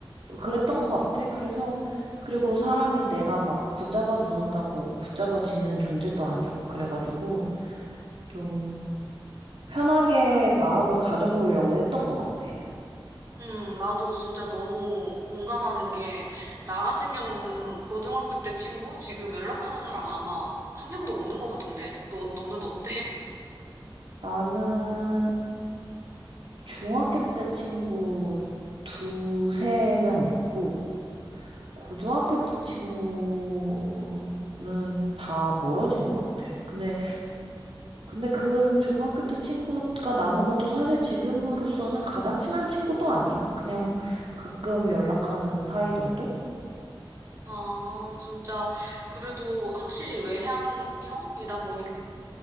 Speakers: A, on the right; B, on the right.
A: 그랬던 것 같아. 그래서 그리고 사람이 내가 막 붙잡아 놓는다고 뭐 붙잡아지는 존재도 아니고 그래가지고 좀 편하게 마음을 가져보려고 했던 것 같아.
B: 음, 나도 진짜 너무 공감하는 게, 나 같은 경우는 고등학교 때 친구, 지금 연락하는 사람 아마 한 명도 없는 것 같은데? 너, 너는 어때?
A: 나는 중학교 때 친구 두세 명 있고 고등학교 때 친구는 다 멀어진 것 같아. 근데 근데 그 중학교 때 친구가 남은 것도 사실 지금으로서는 가장 친한 친구도 아니야. 그냥 가끔 연락하는 사이 정도?
B: 아, 진짜, 그래도 확실히 외향형이다 보니까,